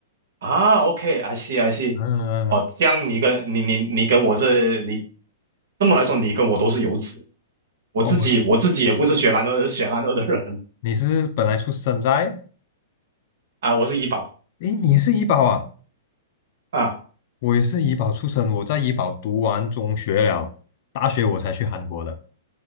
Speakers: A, on the right; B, on the left.
A: 啊，OK，I see，I see。
B: 嗯，
A: 哦，这样你跟你你你跟我这你这么来说，你跟我都是游子。我自己我自己也不是雪兰莪雪兰莪的人
B: 哦，你是本来出生在，
A: 啊，我是怡保
B: 诶，你也是怡保啊？
A: 啊。
B: 我也是怡保出生，我在怡保读完中学了，大学我才去韩国的。